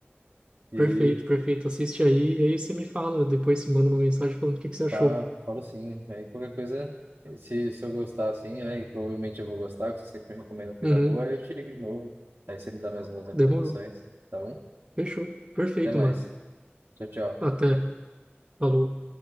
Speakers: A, on the right (about 60°); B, on the right (about 20°).
A: E
B: Perfeito,
A: aí,
B: perfeito. Assiste aí e aí você me fala. Depois você manda uma mensagem falando o que que você achou.
A: fa- falo sim. Aí qualquer coisa, se, se eu gostar assim, né, e provavelmente eu vou gostar, porque você sempre recomenda coisa
B: Uhum,
A: boa, aí eu te ligo de novo. Aí você me dá mais umas recomendações,
B: demorou.
A: tá bom?
B: Fechou. Perfeito,
A: Até mais.
B: mano.
A: Tchau, tchau.
B: Até. Falou.